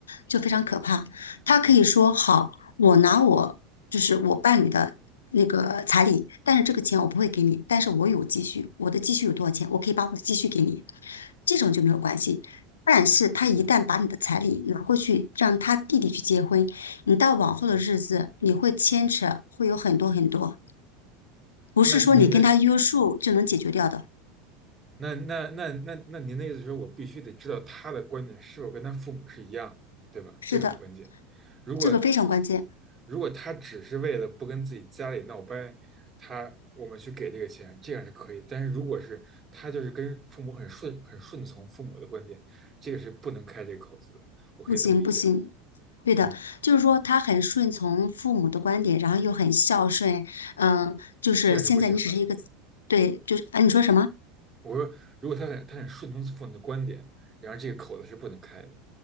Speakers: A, on the left (about 70°); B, on the right (about 20°).
A: 就非常可怕。她可以说好，我拿我就是我伴侣的那个彩礼，但是这个钱我不会给你，但是我有积蓄，我的积蓄有多少钱，我可以把我的积蓄给你，这种就没有关系。但是他一旦把你的彩礼拿过去，让他弟弟去结婚，你到往后的日子，你会牵扯，会有很多很多不是说你跟他约束就能解决掉的。
B: 那您的那那那那那您的意思是说我必须得知道他的观点是否跟他父母是一样，对吧？
A: 是的，
B: 这个很关键。如果
A: 这个非常关键。
B: 如果他只是为了不跟自己家里闹掰，他我们去给这个钱，这样是可以。但是如果是他就是跟父母很顺很顺从父母的观点，这个是不能开这个口子的。我可以这么理解吗？
A: 不行，不行。对的，
B: 嗯，
A: 就是说他很顺从父母的观点，然后又很孝顺。嗯，就是现在你只是一个，
B: 这样是不行的。
A: 对，就是，哎，你说什么？
B: 我说，如果他得他得顺从父母的观点，然而这个口子是不能开的，